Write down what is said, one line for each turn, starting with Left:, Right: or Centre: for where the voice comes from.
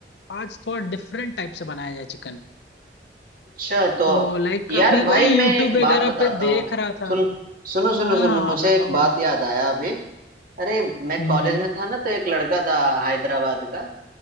Left: आज थोड़ा डिफरेंट टाइप से बनाया जाए चिकन
Right: अच्छा तो
Left: तो लाइक
Right: यार
Left: अभी
Right: भाई
Left: वही
Right: मैं
Left: यूट्यूब
Right: एक
Left: वगैरह
Right: बात बताता
Left: पे देख
Right: हूँ
Left: रहा था
Right: सुन सुनो सुनो
Left: हाँ
Right: सुनो
Left: हाँ हाँ
Right: मुझे
Left: बताओ
Right: एक बात
Left: आप बताओ
Right: याद आया अभी अरे मैं
Left: हम्म
Right: कॉलेज
Left: हम्म
Right: में था ना तो एक लड़का था हैदराबाद का